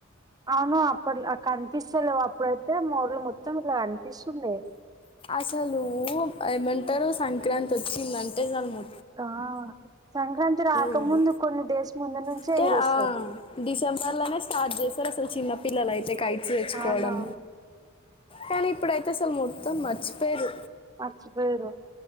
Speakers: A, on the right (about 20°); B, on the left (about 25°).
A: అవును అప్పుడు కనిపిస్తలేవు అప్పుడైతే మోడలు మొత్తం ఇట్లా కనిపిస్తుండె
B: అసలు ఏమంటారు సంక్రాంతి వచ్చిందంటే చాల్ ము
A: ఆ సంక్రాంతి రాకముందు
B: లేదు
A: కొన్ని డేస్ ముందు నుంచే
B: అంటే
A: ఎగిరేస్తారు.
B: ఆ, డిసెంబర్లోనే స్టార్ట్ చేస్తారు అసలు చిన్న పిల్లలాలయితే ఈ కైట్స్ తెచ్చుకోవడం
A: అవునవును
B: కానీ ఇప్పుడైతే అసలు మొ మొత్తం మర్చిపోయరు
A: మర్చిపోయిరు